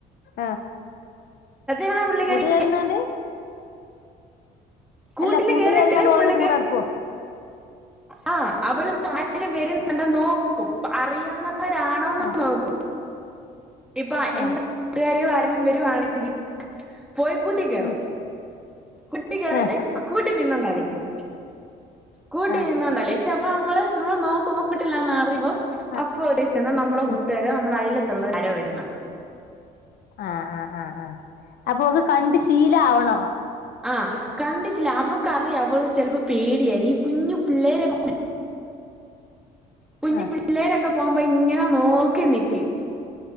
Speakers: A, on the left; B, in the centre.
A: ആ
B: പറഞ്ഞാ പുള്ളിക്കാരി
A: കൂട്ടുകരുന്നാണ്ട്
B: കൂട്ടില്
A: അല്ല കൂട്ട്
B: കേറിട്ട്
A: കെറിക്കാണ്ട് ഒളെന്നെ
B: പുള്ളിക്കാരി
A: കൂട് അടക്കോ
B: ആ അവൾ ആരെലും വെരുന്ന് ഇണ്ടെന്ന് നോക്കും അറിയാന്നാ വെര് ആണോന്ന്
A: ആ
B: നോക്കും ഇപ്പാ
A: ആ
B: എന്തെ കൂട്ട്കാരികൾ ആരെ ലും വെരുവാണെങ്കി പോയി കൂട്ടിക്കെറും
A: ഉം
B: കൂട്ടി കെറിട്ട്
A: ആ
B: കൂട്ടിനിന്നു അലെക്കും കൂട്ടി
A: ആ
B: നിന്നോണ്ട് അല്ലെ ച്ചെ അപ്പ അമ്മൾ നമ്മൾ നോക്കുമ്പോ കിട്ടില്ലാന്ന് അറിയിമ്പോ
A: ആ
B: അപ്പ നമ്മെളെ
A: ഉം
B: കൂട്ട്കാരെ നമ്മെടെ അയലെ ത്തുള്ളോര് ആരോ വെരുന്നുണ്ടെന്ന്
A: ആ ആ ആ അപ്പൊ ഓക്ക് കണ്ട് ശീല ആവണോ
B: ആ കണ്ട് ശീ അവക്കറിയാം അവള് ചിലപ്പോ പേടിയ ഈ കുഞ്ഞു പിള്ളേരെക്ക കുഞ്ഞ്
A: ആ
B: പിള്ളേരൊക്കെ ക്കെ പോകുമ്പോ ഇങ്ങനെ നോക്കി നിക്കൂ